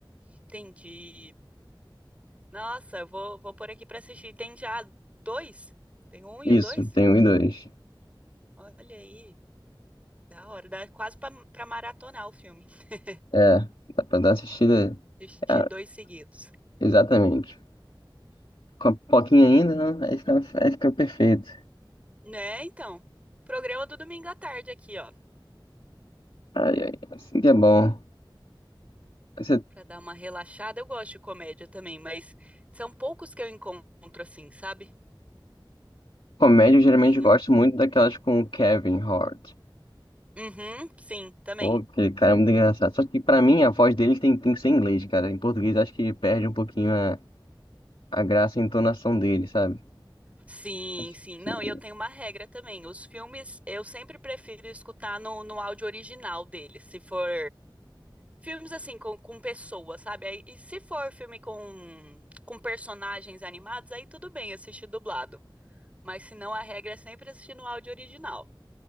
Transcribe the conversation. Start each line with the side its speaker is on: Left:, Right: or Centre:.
Right: Entendi. Nossa, eu vou, vou pôr aqui pra assistir. Tem já dois? Tem um e
Left: Isso,
Right: o dois?
Left: tem um e dois.
Right: Olha aí, da hora. Dá quase pra, pra maratonar o filme. <laughs>
Left: É, dá pra dar assistida.
Right: Assistir
Left: É,
Right: dois seguidos.
Left: exatamente. Com a pipoquinha ainda, né? Aí fica, aí fica perfeito.
Right: Né, então. Programa do domingo à tarde aqui, ó.
Left: Ai, ai, assim que é bom. Essa
Right: Pra dar uma relaxada. Eu gosto de comédia também, mas são poucos que eu encontro assim, sabe?
Left: comédia eu geralmente
Right: Tenho.
Left: gosto muito daquelas com o Kevin Hart.
Right: Uhum, sim, também.
Left: Pô, que cara, é muito engraçado. Só que pra mim a voz dele tem, tem que ser em inglês, cara. Em português acho que perde um pouquinho a, a graça e a entonação dele, sabe?
Right: Sim,
Left: Acho
Right: sim.
Left: que.
Right: Não, e eu tenho uma regra também. Os filmes eu sempre prefiro escutar no, no áudio original deles. Se for filmes assim, com, com pessoas, sabe? Aí- E se for filme com, com personagens animados, aí tudo bem assistir dublado. Mas se não, a regra é sempre assistir no áudio original.